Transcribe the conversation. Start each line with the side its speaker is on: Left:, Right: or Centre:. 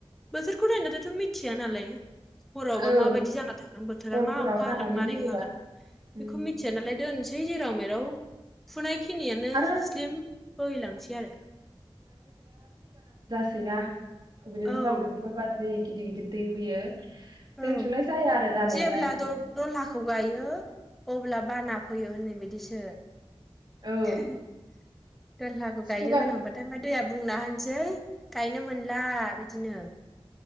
Centre: बोथोरखौ नायनानैथ' मिथिया नालाय हरावबा
Right: ओं
Centre: माबायदि जाना थागोन बोथोरा
Right: हरफोराव
Centre: मा अखा
Right: हानानै
Centre: हागोन मारै
Right: होयोबा
Centre: हागोन बेखौ
Right: उम
Centre: मिथिया नालाय दोनसै दै जेराव मेराव। फुनाय खि खिनियानो
Right: आरो
Centre: स्लिम बोहैलांसै आरो।
Right: ना <unintelligible> गिदिर
Centre: औ
Right: गिदिर दै फैयो जोंथिंलाय
Centre: औ
Right: जाया आरो जानायालाय
Centre: जेब्ला दल दलहाखौ गायो अब्ला बाना फैयो होननाय बायदिसो।
Right: औ
Centre: <unintelligible> दहलाखौ
Right: सिगां
Centre: गायनो गोनांबाथाय हा दैया बुंना होनोसै गायनो मोनला बिदिनो